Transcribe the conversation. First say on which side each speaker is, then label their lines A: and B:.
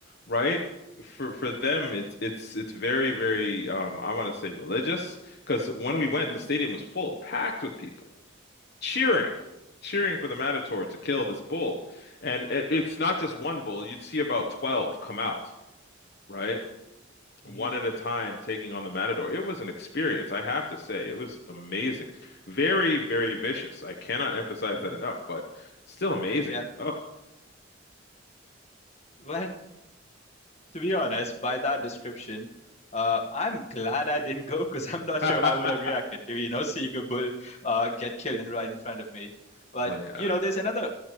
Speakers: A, on the left; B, on the left.
A: right? For for them, it's it's it's very very um, I want to say religious because when we went,
B: hmm
A: the stadium was full, packed with people cheering, cheering for the Matador to kill this bull, and it, it's not just one bull. You'd see about 12 come out, right?
B: hmm
A: one at a time taking on the Matador. It was an experience, I have to say. It was amazing. Very, very vicious. I cannot emphasize
B: hmm
A: that enough, but still amazing.
B: Yeah.
A: Oh,
B: Well, <laughs> to be honest, by that description, uh, I'm glad I didn't <laughs> go because I'm not
A: <laughs>
B: sure how I would have reacted to, you know, seeing a bull uh, get killed and right in front of me. But,
A: oh yeah.
B: you know, there's another